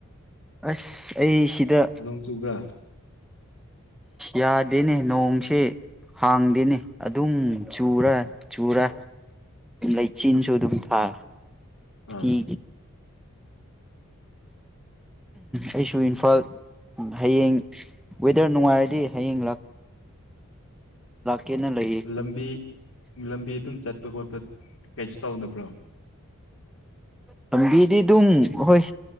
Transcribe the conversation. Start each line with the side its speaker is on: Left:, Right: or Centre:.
Centre: ꯑꯁ ꯑꯩ ꯁꯤꯗ
Left: ꯅꯣꯡ ꯆꯨꯕ꯭ꯔꯥ
Centre: ꯌꯥꯗꯦꯅꯦ ꯅꯣꯡꯁꯦ ꯍꯥꯡꯗꯦꯅꯦ ꯑꯗꯨꯝ ꯆꯨꯔ ꯆꯨꯔ ꯂꯩꯆꯤꯟꯁꯨ ꯑꯗꯨꯝ ꯊꯥ
Left: ꯑꯥ
Centre: ꯊ ꯑꯩꯁꯨ ꯏꯝꯐꯥꯜ ꯍꯌꯦꯡ ꯋꯦꯗꯔ ꯅꯨꯡꯉꯥꯏꯔꯗꯤ ꯍꯌꯦꯡ ꯀꯦꯅ ꯂꯩꯌꯦ
Left: ꯂꯝꯕꯤ ꯂꯝꯕꯤ ꯑꯗꯨꯝ ꯆꯠꯄ ꯈꯣꯠꯄ ꯀꯩꯁꯨ ꯇꯧꯗꯅꯕ꯭ꯔꯣ
Centre: ꯂꯝꯕꯤꯗꯤ ꯑꯗꯨꯝ ꯍꯣꯏ